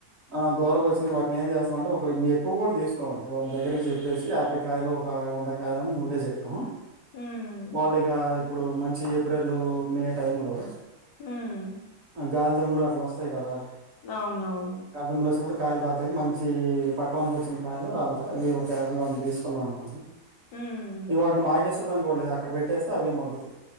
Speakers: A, on the right; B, on the left.
A: ఆ దోరగా వచ్చిన వాటిని ఏం చేస్తామ అంటే ఒక మీ ఎక్కువ కూడా తీసుకోమండి వాళ్ళ దగ్గరకి చెప్పేసి యాభై కాయలు ఒక వంద కాయలుని ముందే చెప్పి
B: హ్మ్.
A: వాళ్లు ఇక ఇప్పుడు మంచి ఏప్రిల్ లు మే టైం లో
B: హ్మ్.
A: గాల్ దుమ్ములు అట్లా వస్త వస్తే కదా
B: అవునవును
A: గాలి దుమ్మలు వచ్చినప్పుడు కాయలు రాలతాయి మంచి పక్వానికి వచ్చిన కాయలు రాలతాయి అవి ఒక యావయ్ వంద తీసుకున్నాం అనుకోండి
B: హ్మ్.
A: ఇ వాట మగా చేసుకో పని కూడాడలేదు అక్కడ పెట్టేస్తే అవే మగ్గుతాయి